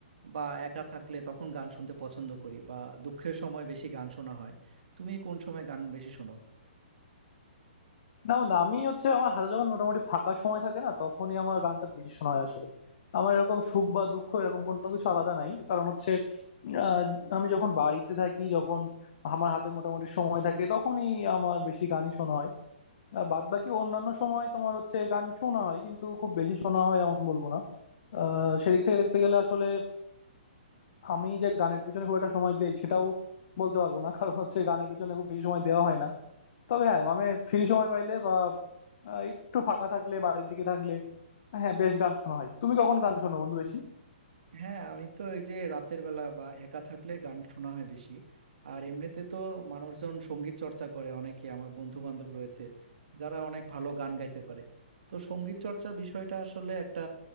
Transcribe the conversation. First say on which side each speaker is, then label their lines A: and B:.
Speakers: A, on the right; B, on the left.
A: বা একা থাকলে তখন গান শুনতে পছন্দ করি বা দুঃখের সময় বেশি গান শোনা হয় তুমি কোন সময় গান বেশি শোনো
B: না বন্ধু আমি হচ্ছে আমার হাতে যখন মোটামুটি ফাঁকা সময় থাকে না তখনই আমার গানটা বেশি শোনা হয় আসলে আমার এরকম সুখ বা দুঃখ এরকম কোনো কিছু আলাদা নাই কারণ হচ্ছে আহ, আমি যখন বাড়িতে থাকি যখন আমার হাতে মোটামুটি সময় থাকে তখনই আমার বেশি গানই শোনা হয় আর বাদ বাকি অন্যান্য সময় তোমার হচ্ছে গান শোনা হয় কিন্তু খুব বেশি শোনা হয় এমন বলবো না আহ সেদিক থেকে দেখতে গেলে আসলে আমি যে গানের পিছনে খুব একটা সময় দিই সেটাও বলতে পারবো না কারণ হচ্ছে গানের পিছনে খুব বেশি সময় দেওয়া হয় না তবে হ্যাঁ মানে ফ্রি সময় পাইলে বা আহ, একটু ফাঁকা থাকলে বাড়ির দিকে থাকলে হ্যাঁ বেশ গান শোনা হয় তুমি কখন গান শোনো বন্ধু বেশি
A: হ্যাঁ আমি তো এই যে রাতের বেলা বা একা থাকলে গান শোনা হয় বেশি আর এমনিতে তো মানুষজন সঙ্গীত চর্চা করে অনেকে আমার বন্ধু বান্ধব রয়েছে যারা অনেক ভালো গান গাইতে পারে তো সঙ্গীত চর্চার বিষয়টা আসলে একটা